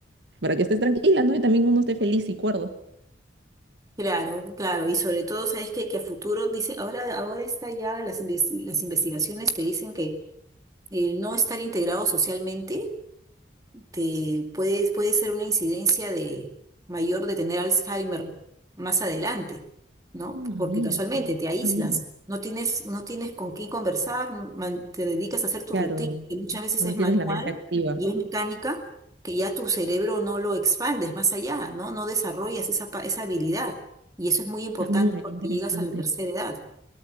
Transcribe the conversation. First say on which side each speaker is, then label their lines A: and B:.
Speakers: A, on the right; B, on the right.
A: para que estés tranquila, ¿no? Y también uno esté feliz y cuerdo.
B: Claro, claro, y sobre todo, ¿sabes qué? Que a futuro dicen, ahora, ahora está ya, las, inves- las investigaciones te dicen que el no estar integrado socialmente te puede, puede ser una incidencia de mayor de tener Alzheimer más adelante, ¿no?
A: Ah,
B: Porque
A: mira,
B: casualmente
A: no
B: te aíslas,
A: sabía.
B: no tienes, no tienes con quién conversar, man- te dedicas a hacer tu
A: Claro,
B: rutina, que muchas veces
A: no
B: es
A: tienes
B: manual
A: la mente activa.
B: y es mecánica, que ya tu cerebro no lo expandes más allá, ¿no? No desarrollas esa, pa- esa habilidad. Y eso es muy importante
A: Ah, mira,
B: cuando
A: qué interesante.
B: llegas a la tercera edad